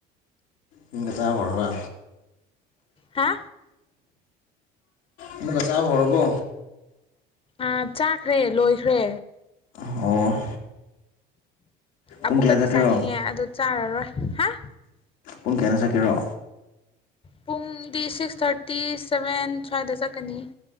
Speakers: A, on the left (about 80°); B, on the left (about 25°).
A: ꯌꯨꯝꯗ ꯆꯥ ꯍꯧꯔꯕ
B: ꯍꯥ
A: ꯑꯃꯨꯛꯀ ꯆꯥꯕ ꯍꯧꯔꯕꯣ
B: ꯑꯥ ꯆꯥꯈ꯭ꯔꯦ ꯂꯣꯏꯈ꯭ꯔꯦ
A: ꯑꯣ
B: ꯑꯃꯨꯛꯀꯗꯤ
A: ꯄꯨꯡ ꯀꯌꯥ ꯆꯠꯀꯦꯔꯣ
B: ꯆꯥꯅꯤꯡꯉꯦ ꯑꯗꯨ ꯆꯥꯔꯔꯣꯏ ꯍꯥ
A: ꯄꯨꯡ ꯀꯌꯥꯗ ꯆꯠꯀꯦꯔꯣ
B: ꯄꯨꯡꯗꯤ ꯁꯤꯛꯁ ꯊꯥꯔꯇꯤ ꯁꯚꯦꯟ ꯁ꯭ꯋꯥꯏꯗ ꯆꯠꯀꯅꯤ